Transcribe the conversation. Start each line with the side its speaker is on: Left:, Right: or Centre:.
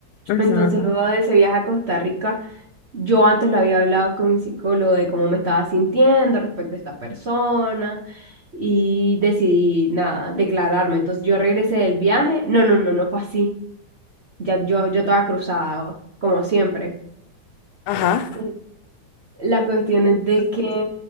Left: ujú,
Right: Entonces,
Left: ujú.
Right: luego de ese viaje a Costa Rica, yo antes lo había hablado con mi psicólogo de cómo me estaba sintiendo respecto a esta persona y decidí, nada, declararme. Entonces, yo regresé del viaje. No, no, no, no fue así. Ya yo, yo estaba cruzada, como siempre.
Left: Ajá.
Right: Mm. La cuestión
Left: Ujú.
Right: es de que